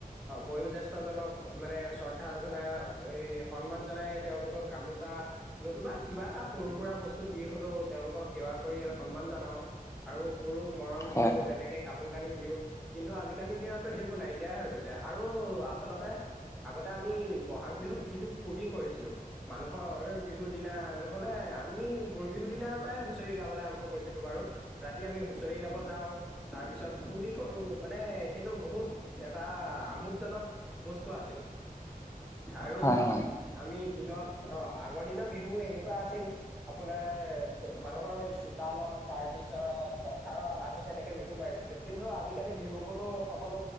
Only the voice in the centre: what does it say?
বয়োজ্যেষ্ঠজনক মানে শ্ৰদ্ধা জনা এই সন্মান জনাই তেওঁলোকক গামোচা নতুবা কিবা এটা সৰু সুৰা বস্তু দি হলেও তেওঁলোকক সেৱা কৰি সন্মান জনাও। আৰু সৰুক মৰম
কৰো এনেকে কাপোৰ কানি দিও, কিন্তু আজিকালিৰ দিনততো সেইবোৰ নাইকিয়াই হৈ গৈছে আৰু আচলতে, আগতে আমি বহাগ বিহুত যিটো ফূৰ্তি কৰিছিলো। মানুহৰ বিহু দিনা ন'হলে, আমি গৰু বিহু দিনাৰ পৰাই হুঁচৰি গাবলৈ আৰম্ভ কৰিছিলো বাৰু। ৰাতি আমি হুঁচৰি গাব যাওঁ। তাৰ পিছত ফূৰ্তি কৰো মানে, সেইটো বহুত এটা আমোদজনক বস্তু আছিল আৰু
আমি দিনত অ আগৰ দিনৰ বিহু এনেকুৱা আছিল আপোনাৰ মানুহৰ চোতালত তাৰপিছত পথাৰত আমি তেনেকৈ বিহু মাৰিছিলোঁ, কিন্তু আজিকালি বিহুবোৰতো সকলো